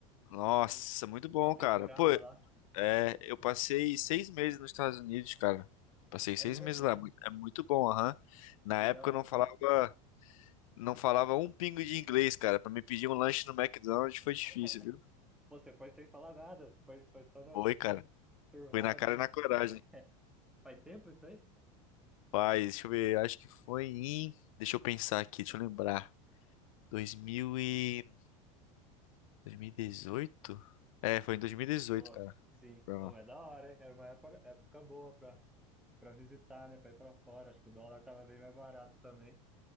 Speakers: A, on the left; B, in the centre.
A: Nossa,
B: um,
A: muito bom,
B: uma temporada
A: cara. Pô,
B: lá.
A: é, eu passei seis meses nos Estados Unidos, cara. Passei seis
B: É mesmo,
A: meses
B: pô.
A: lá. Mu- É muito bom, aham. Na
B: Que
A: época
B: da hora.
A: eu não falava, não falava um pingo de inglês, cara. Pra me pedir um lanche no McDonald's foi difícil,
B: <laughs>
A: viu?
B: Pô, você foi sem falar nada, foi, foi só no
A: Foi, cara.
B: survival.
A: Foi na cara e na coragem.
B: <laughs> Faz tempo isso aí?
A: Rapaz, deixa eu ver. Acho que foi em. Deixa eu pensar aqui, deixa eu lembrar. 2000 e... dois mil e dezoito É, foi em 2018,
B: Pô,
A: cara.
B: sim.
A: Pra
B: Pô,
A: lá.
B: mas
A: <laughs>
B: é da hora, hein? Era uma época, época boa pra, pra visitar, né? Pra ir pra fora. Acho que o dólar tava bem mais barato também.